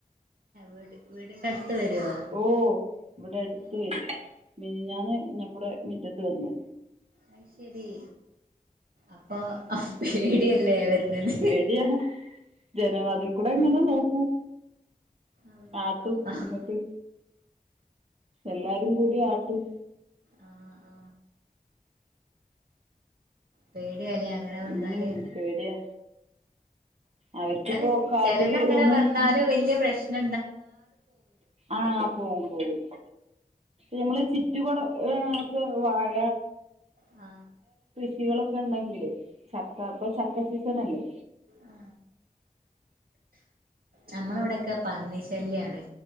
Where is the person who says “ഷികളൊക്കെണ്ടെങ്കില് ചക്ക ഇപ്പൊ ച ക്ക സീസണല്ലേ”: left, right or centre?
Right